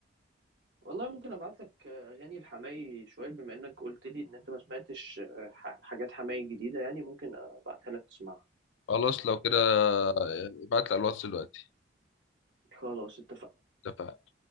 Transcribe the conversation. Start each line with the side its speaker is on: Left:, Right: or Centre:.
Right: والله ممكن ابعت لك اغاني الحماقي شويه بما انك قلت لي ان انت ما سمعتش آه، ح- حاجات حماقي جديده يعني ممكن ابعتها لك تسمعها
Left: خلاص لو كده آه، ابعت لي على الواتس دلوقتي
Right: خلاص اتفقنا
Left: اتفقنا